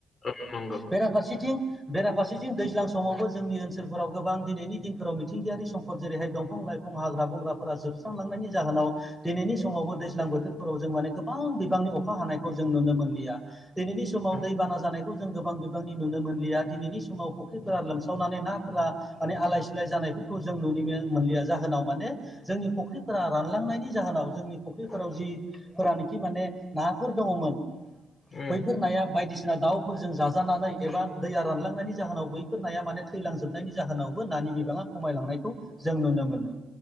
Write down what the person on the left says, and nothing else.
ओम नोंगौ।
उम
उम